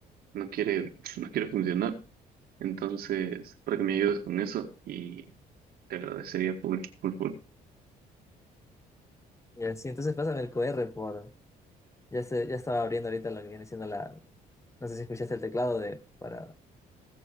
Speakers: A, on the right; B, on the left.
A: no quiere, <laughs> no quiere funcionar. Entonces, para que me ayudes con eso y te agradecería full, full, full.
B: Y así, entonces pásame el QR por. Ya, se, ya estaba abriendo ahorita lo que viene siendo la. No sé si escuchaste el teclado de para,